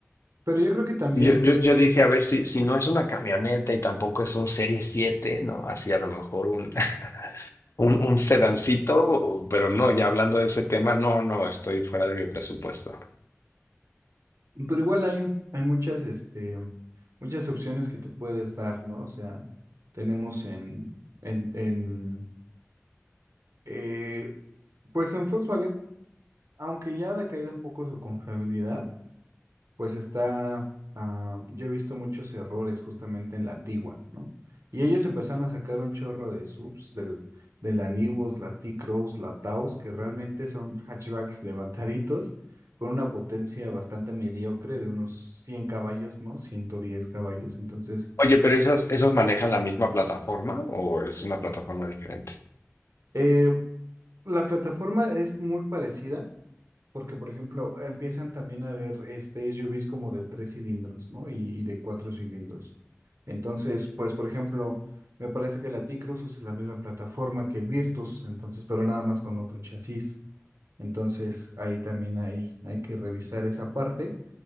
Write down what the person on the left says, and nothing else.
Yo, yo, yo dije, a ver, si, si no es una camioneta y tampoco es un Serie 7, ¿no? Así a lo mejor un, <laughs> un, un sedancito, o- pero no, ya hablando de ese tema, no, no, estoy fuera de mi presupuesto.
Oye, pero esos, esos manejan la misma plataforma o es una plataforma diferente?